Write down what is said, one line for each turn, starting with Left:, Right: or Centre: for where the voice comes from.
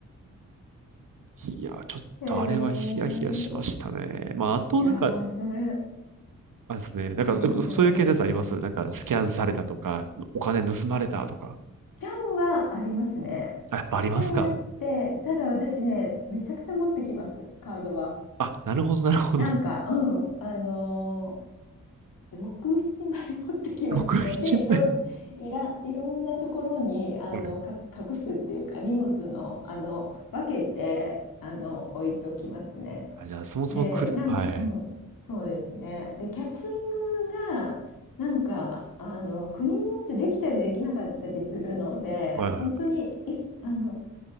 Right: いや、ちょっとあれはヒヤヒヤしましたね。
Left: へえ。
Right: まあ、あとなんか、
Left: いやー、それ、
Right: あれですね、なんかそういう系のやつありますなんかスキャンされたとか、
Left: ありますよね。
Right: お金盗まれたとか。
Left: スキャンはありますね。
Right: あ、やっぱありますか
Left: スキャンあって、ただ私ね、めちゃくちゃ持ってきます、カードは。
Right: あ、なるほど、なるほど。
Left: なんか、
Right: <laughs>
Left: うん、あのー、6、7枚持ってきますね。
Right: 61枚。
Left: で、いろん、いら、いろんなところに、あの、
Right: はい
Left: か、隠すっていうか、荷物の、あの、分けて、あの、置いときますね。
Right: あ、じゃあそもそもくれ、
Left: で、なんか、
Right: はい。
Left: うん、そうですね。で、キャッチングが、なんか、あの、国によってできたりできなかったりするので、
Right: はいはいは
Left: 本当に、い、あの、